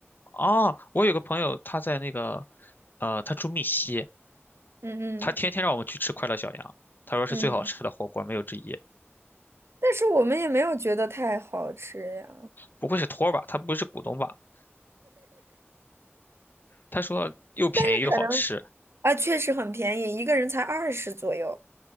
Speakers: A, on the left; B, on the right.
A: 哦，我有个朋友，他在那个，呃，他住密西，
B: 嗯嗯
A: 他天天让我们去吃快乐小羊，他说是最好吃的火锅，
B: 嗯，
A: 没有之一。
B: 但是我们也没有觉得太好吃呀，
A: 不会是托儿吧？他不会是股东吧？他说又便宜又好吃
B: 但是可能啊，确实很便宜，一个人才二十左右，